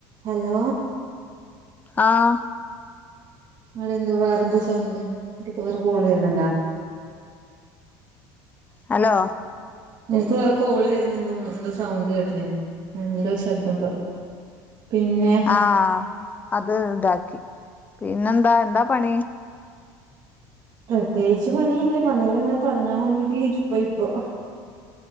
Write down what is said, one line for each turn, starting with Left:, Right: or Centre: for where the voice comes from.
Right: Hello
Left: ആഹാ
Right: അതെന്താ വേറെന്തൊ സൗണ്ട് അയ്ക് വേറെ കോൾ വരണ്ടാ
Left: ഹലോ
Right: എനിക്ക് വേറെ കോള് വരുന്നുണ്ടോ എന്ത സൗണ്ട് കേട്ടണാണ് എന്തോ ശബ്ദം പിന്നെ
Left: ആഹാ അത് ഇതാക്കി പിന്നെന്താ എന്താ പണി
Right: പ്രത്യേകിച്ച് പണിയില്ലേ പണികളിങ്ങനെ തുടങ്ങാൻ വേണ്ടിയിട്ടില്ല ഇപ്പ ഇപ്പൊ